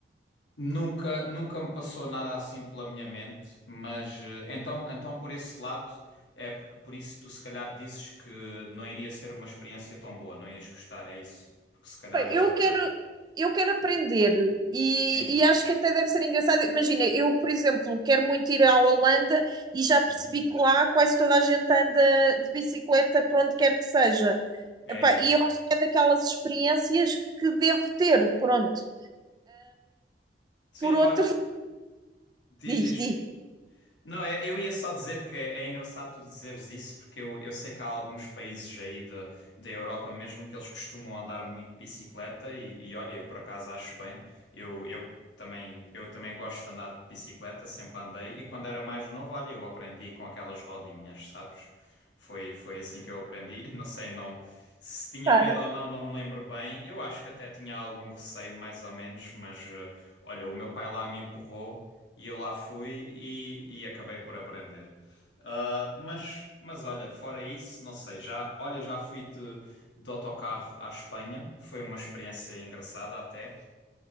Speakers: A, on the left; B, on the right.
A: nunca, nunca me passou nada assim pela minha mente, mas eh, então, então por esse lado, é por, por isso tu se calhar dizes que não iria ser uma experiência tão boa, não ias gostar, é isso? Porque se calhar,
B: Bem,
A: eh,
B: eu quero, eu quero aprender e,
A: sim.
B: e acho que até deve ser engraçado. Imagina, eu, por exemplo, quero muito ir à Holanda e já
A: Uhum.
B: percebi que lá quase toda a gente anda de bicicleta para onde quer que seja.
A: É,
B: Epá, e eu acho que é daquelas experiências que devo ter, pronto.
A: sim,
B: Por
A: ó,
B: outro, <laughs>
A: Diz,
B: diz,
A: diz.
B: diz,
A: Não, é- eu ia só dizer que é engraçado tu dizeres isso, porque eu, eu sei que há alguns países aí da da Europa mesmo que eles costumam andar muito de bicicleta e, e olha, eu por acaso acho bem. Eu, eu também, eu também gosto de andar de bicicleta, sempre andei, e quando era mais novo, olha, eu aprendi com aquelas rodinhas, sabes? Foi, foi assim que eu aprendi. <laughs> Não sei, não, se tinha
B: claro,
A: medo ou não, não me lembro bem. Eu acho que até tinha algum receio, mais ou menos, mas eh, olha, o meu pai lá me empurrou e eu lá fui e, e acabei por aprender. Ah, mas, mas olha, fora isso, não sei, já, olha, já fui de, de autocarro à Espanha, foi uma experiência engraçada até.